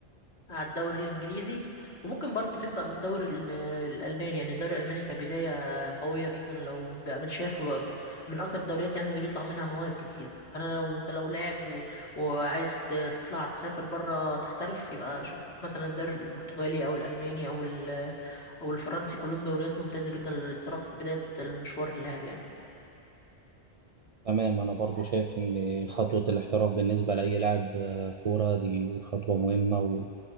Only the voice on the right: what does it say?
تمام أنا برضو شايف إن خطوة الاحتراف بالنسبة لأي لاعب آه، كورة دي خطوة مهمة و...